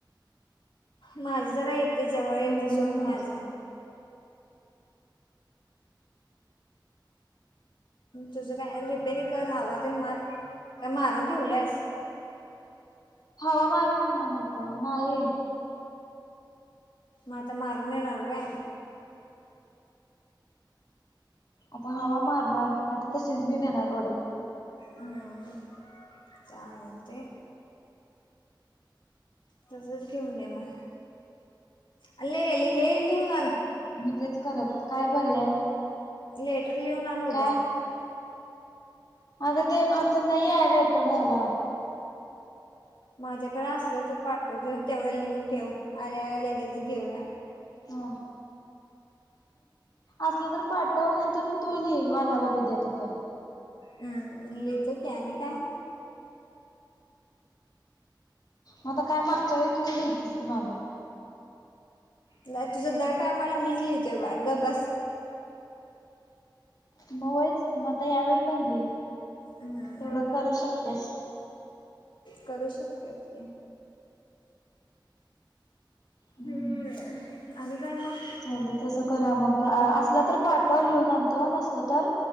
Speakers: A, on the left; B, on the left.
A: माझ जरा येते जवळ येते
B: हा म्हणूनच
A: सोडून माझ, तुझं काय रिपेरी कर हवा तेन मार काय मारून ठेवल्यास.
B: हवा मारून येणार होता नाहीे.
A: मता मारुन येणार व्हय.
B: आता हवा मारणार म तशीच घेऊन येणार ओढत.
A: हम् त्या ते तसच घेऊन ये म अ लि हे लिहून आण
B: मग तेच करत काय पर्याय
A: लेटर लिहून आण उद्या
B: काय अगं ते आता नाही या लेटरला आला
A: माझ्याकडें असलं तर पाठव तेवढं लिहून ठेव. आल्या लगेच घेऊया.
B: हा असलं तर पाठव नाही तर तू लीही आल्यावर उद्या तिथं
A: हम्म लिहितो कि आणि काय
B: मग आता काय मागच्या वेळी तूच लिहलीतीस की माझं
A: नाही तुझं दर टायमाला मीच लिहितोय बाळ गप्प बस
B: मं होयच कि मग आता यावेळी पण लिही
A: हम्म
B: तेवढं करू शकत्यास
A: करू शकत्यात की
B: हम्म
A: हम् आणि काय मग
B: चालतंय तस करूया मग असलं तर पाठव लिहून आणतो नसलं तर